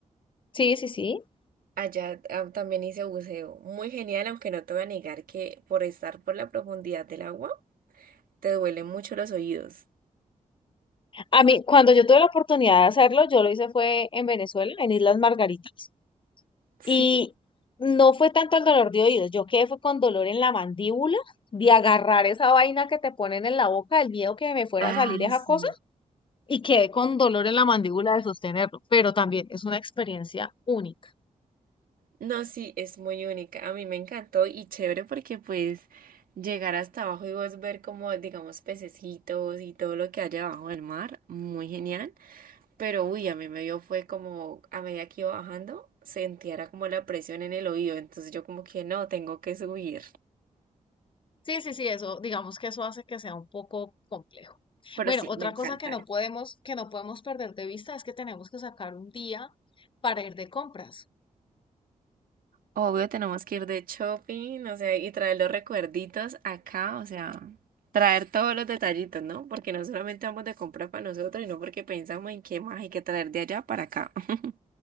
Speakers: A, on the left; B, on the right.
A: Sí, sí, sí.
B: Allá ah, también hice buceo. Muy genial, aunque no te voy a negar que por estar por la profundidad del agua, te duelen mucho los oídos.
A: A mí, cuando yo tuve la oportunidad de hacerlo, yo lo hice fue en Venezuela, en Islas Margaritas,
B: Sí.
A: y no fue tanto el dolor de oídos, yo quedé fue con dolor en la mandíbula, de agarrar esa vaina que te ponen en la boca, el miedo que me fuera
B: Ah,
A: a salir esa
B: sí.
A: cosa, y quedé con dolor en la mandíbula de sostenerlo, pero también es una experiencia única.
B: No, sí, es muy única. A mí me encantó y chévere porque pues llegar hasta abajo y vos ver como, digamos, pececitos y todo lo que hay abajo del mar, muy genial. Pero uy, a mí me dio fue como a medida que iba bajando, sentía era como la presión en el oído, entonces yo como que no, tengo que subir.
A: Sí, sí, sí, eso, digamos que eso hace que sea un poco complejo.
B: Pero
A: Bueno,
B: sí,
A: otra
B: me encanta.
A: cosa que no podemos, que no podemos perder de vista es que tenemos que sacar un día para ir de compras.
B: Obvio, tenemos que ir de shopping, o sea, y traer los recuerditos acá, o sea, traer todos los detallitos, ¿no? Porque no solamente vamos de compra para nosotros, sino porque pensamos en qué más hay que traer de allá para acá. <laughs>